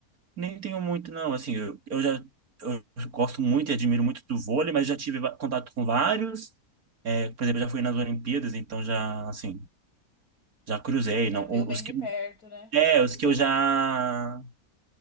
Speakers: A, on the right; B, on the left.
A: Nem tenho muito, não. Assim, eu, eu já eu gosto muito e admiro muito do vôlei, mas já tive va- contato com vários. É, por exemplo, eu já fui nas Olimpíadas, então já, assim, já cruzei.
B: Já
A: Não,
B: viu
A: O-
B: bem
A: os
B: de
A: que,
B: perto, né?
A: é, os que eu já,